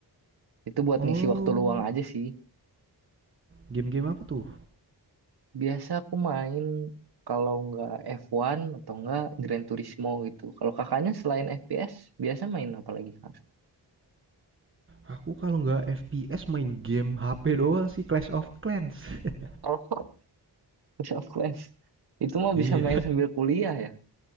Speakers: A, on the right (about 65°); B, on the right (about 30°).
A: Itu buat
B: Oh,
A: ngisi waktu luang aja sih.
B: game-game apa tuh?
A: Biasa aku main kalau nggak F1 atau nggak Gran Turismo gitu. Kalau kakaknya selain FPS, biasa main apa lagi Kak?
B: Aku kalau nggak FPS main game HP doang sih Clash of Clans. <laughs>
A: Kalau <laughs> Clash of Clans, itu mah
B: Iya,
A: bisa main sambil kuliah ya.